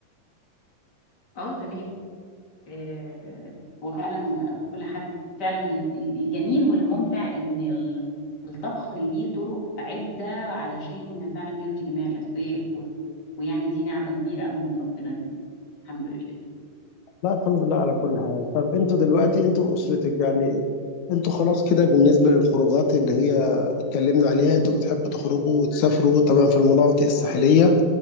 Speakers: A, on the left (about 30°); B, on the left (about 65°).
A: اه تمام آه هو فعلا كل حد فعلا هي الجميل والممتع إن ال- الطبخ ليه طرق عدة علشان فعلا يرضي جميع الأذواق و... ويعني دي نعمة كبيرة قوي من ربنا لينا الحمد لله
B: لا الحمد لله على كل حال طب انتوا دلوقتي انتوا واسرتك يعني انتوا خلاص كده بالنسبه للخروجات اللي هي اتكلمنا عليها انتوا بتحبوا تخرجوا وتسافروا طبعا في المناطق الساحليه